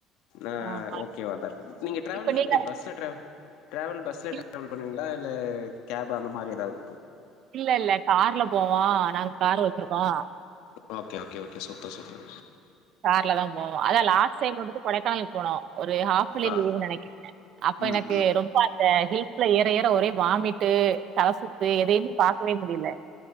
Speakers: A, on the left; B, on the right.
A: ஆ
B: ஆமா.
A: ஓகே வா தாட்ருக் நீங்க டிராவல்லானா
B: இப்ப நீங்க
A: எப்டி பஸ்ல டிராவல் பஸ்ல
B: இல்
A: டிராவல் பண்ணுவீங்களா இல்ல கேப் அந்த மாரி ஏதாவது
B: இல்லல்ல கார்ல போவோ நாங்க காரு வச்சிருக்கோ
A: okay oh okay okay super super
B: கார்ல தா போவோ அதா லாஸ்ட் டைம் வந்துட்டு கொடைக்கானலுக் போனோ ஒரு ஹாஃபலிலீவ்னு
A: ஆ
B: நெனைக்கிறே அப்ப
A: ம்
B: எனக்கு ரொம்ப அந்த ஹில்ஸ்ல ஏற ஏற <unintelligible> ஒரே வாமிட்டு தலசுத்து எதயுமே பாக்கவே முடில